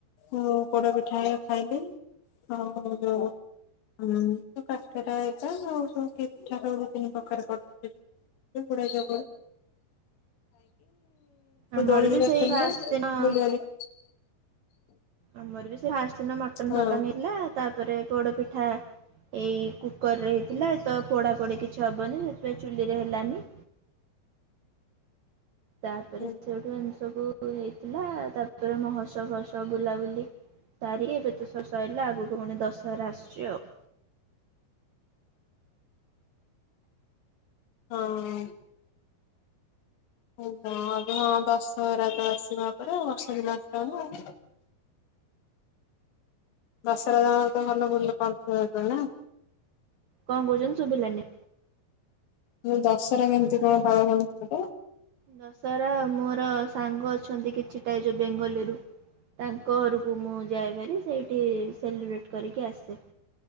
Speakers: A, on the left; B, on the right.
A: ଯୋଉ ପୋଡପିଠା ହେରିକା ଖାଇଲି। ଆଉ ଯୋଉ ଉଁ ଯୋଉ କାକେରା ହେରିକା ଆଉ ସବୁ ପିଠା। <unintelligible> <unintelligible> ଖାଇକି
B: ଆମର
A: ଦୋଳି
B: ବି
A: ହେରିକା
B: ସେଇ
A: ଖେଳିଲୁ।
B: ଫାଷ୍ଟ ଦିନ
A: ବୁଲିବାଲି
B: ଆମର ବି ସେ ଫାଷ୍ଟ ଦିନ ମଟନ
A: ହଁ
B: ଫଟନ ହେଇଥିଲା, ତାପରେ ପୋଡପିଠା ଏଇ କୁକର୍ ରେ ହେଇଥିଲା। ତ ପୋଡା ପୋଡ଼ି କିଛି ହେବନି ସେଥିପାଇଁ ଚୁଲିରେ ହେଲାନି। ତାପରେ
A: ହଁ।
B: ସେଉଠୁ ଏମତି ସବୁ ହେଇଥିଲା ତାପରେ ମହୋତ୍ସବ ଫହୋତ୍ସବ ବୁଲାବୁଲି ତାରି ଏବେ ତ ସବୁ ସଇଲା। ଆଗକୁ ପୁଣି ଦଶହରା ଆସୁଛି ଆଉ।
A: ହଁ। <unintelligible> ଦଶହରା ଆସିବା ୟା ପରେ ମାସେ ଦି ମାସେ ପରେ ଆଉ। ଦଶରା ତମର ତ ଭଲ। <unintelligible>
B: କଣ କହୁଛନ୍ତି ଶୁଭିଲାନି।
A: ମୁଁ କହିଲି ଦଶହରା କେମିତି କଣ ପାଳନ ହଉଚି ସେପଟେ?
B: ଦଶହରା ମୋର ସାଙ୍ଗ ଅଛନ୍ତି କିଛିଟା ଯୋଉ ବେଙ୍ଗୋଲି ରୁ। ତାଙ୍କ ଘରକୁ ମୁଁ ଯାଏଭାରି ସେଇଠି ସେଲିବ୍ରେଟ୍ କରିକି ଆସେ।